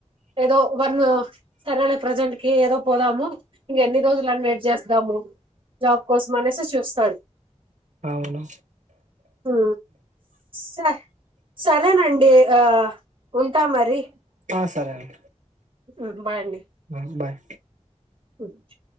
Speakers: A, on the right (about 45°); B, on the right (about 85°).
A: ఏదో వన్ సరే లె ప్రజెంట్. ఏదో పోదాము ఇంక ఎన్ని రోజులని వెయిట్ చేస్తాము జాబ్ కోసం అనేసి చూస్తారు.
B: అవును
A: ఉ సా సరేనండి ఆ ఉంటా మరి.
B: ఆ సరే ఆండీ.
A: ఊహు బాయండి.
B: బాయ్ స్ బాయ్.
A: వొచ్చు.